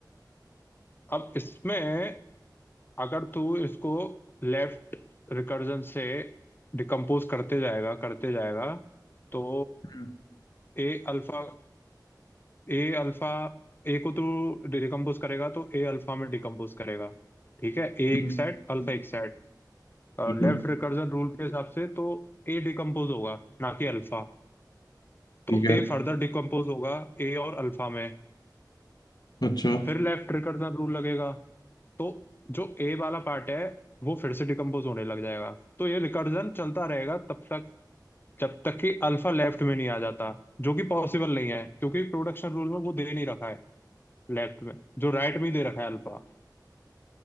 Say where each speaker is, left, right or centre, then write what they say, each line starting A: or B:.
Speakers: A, on the left (about 30°); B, on the left (about 65°).
A: अब इसमें अगर तू इसको लेफ्ट रिकर्जन से डिकम्पोज करते जाएगा करते जाएगा तो
B: हम्म,
A: A alpha A alpha A को तू डिकम्पोज करेगा तो ए अल्फा में डिकम्पोज करेगा ठीक है ए
B: हम्म,
A: एक साइड अल्फा
B: हम्म।
A: एक साइड
B: बिल्कुल
A: लेफ्ट रिकर्जन रूल के हिसाब से तो ए डिकम्पोज होगा ना कि अल्फा तो
B: ठीक है
A: ए फर्दर डिकम्पोज होगा ए और अल्फा में
B: अच्छा
A: फिर लेफ्ट रिकर्जन रूल लगेगा तो जो ए वाला पार्ट है वो फिर से डिकम्पोज होने लग जाएगा तो ये रिकर्जन चलता रहेगा तब तक जब तक कि अल्फा लेफ्ट में नहीं आ जाता जो कि पॉसिबल नहीं है क्योंकि प्रोडक्शन रूल में वो दे नहीं रखा है लेफ्ट में जो राइट में ही दे रखा है अल्फा